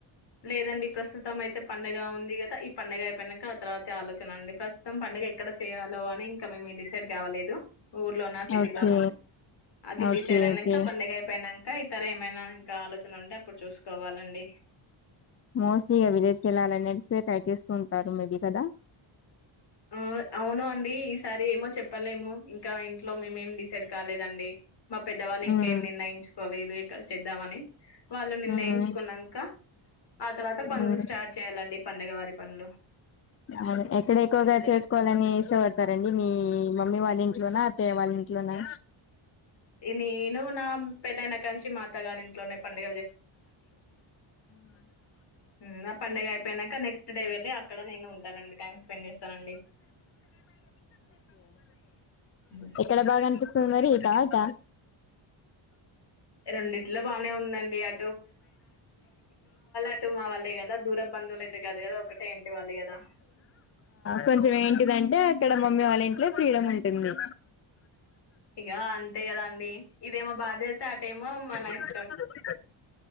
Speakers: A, on the left (about 50°); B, on the left (about 30°).
A: లేదండి ప్రస్తుతం అయితే పంండగ ఉంది కదా ఈ పంండగ అయిపోయానాక ఆ తర్వాతి ఆలోచన ఉంది ప్రస్తుతం పండగ ఎక్కడ చేయయాలో అని ఇంకా మేము డిసైడ్ కావలేదు ఊర్లోనా సిటీలోన
B: ఓకే
A: అది
B: ఓకే
A: డిసైడ్ అయినాక
B: ఓకే
A: పండడుగ అయిపోయినాక ఏమైనా ఇంకా ఆలోచన లుంటే అప్పుడు చూసుకోవాలండి
B: మోస్ విలేజ్ క వెళ్ళాలనేే ట్రై చేస్తూ ఉంటారు మేబి కదా
A: ఆ అవును అండి ఈసారి ఏమో చెప్పలేము ఇంకా ఇంట్లో మేం ఏం డిసైడ్ కాలేదండి మా పెద్దవాళ్ళు ఇంకా
B: ఉమ్
A: ఏం నిర్ణయించుకోలేదు చేద్దామని వాళ్ళు నిర్ణయించుకున్నాక
B: ఉమ్
A: ఆ తర్వాత పనులు
B: ఉమ్
A: స్టార్ట్ చేయ్యాలండి పండుగ వారి పనులు
B: అవును ఎక్కడ ఎక్కువగా చేసుకోవాలని ఇష్టపడతారండి మీ మమ్మీ వాళ్ళ ఇంట్లోనా అత్తియ వాళ్ళ ఇంట్లోనా
A: నేను నా పెళ్ళన కంచి మాత గారి ఇంట్లోనే పండి హ్మ్, నా పండుగ అయిపోయినాక నెక్స్ట్ డే వెళ్ళి అక్కడ నేను ఉంటానండి టైమ్ స్పెండ్ చేస్తానండి ఉ
B: ఇక్కడ బాగానిపిస్తు మరి ఇట ఆట
A: రెండిట్లో బానే ఉందండి అ అటు మా వాళ్ళే కదా దూర బంధువులు అయితే కాదు కదా ఒకటే ఇంటి వాళ్ళు కదా
B: కొంచం ఏంటింటే అక్కడ ఇడ మమ్మీ వాళ్ళ ఇంట్లో ఫ్రీడమ్ ఉంటుంది
A: ఇక అంతే కదా అండి ఇదేమో బాధ్యత అటేమో మన
B: <unintelligible>
A: ఇష్టం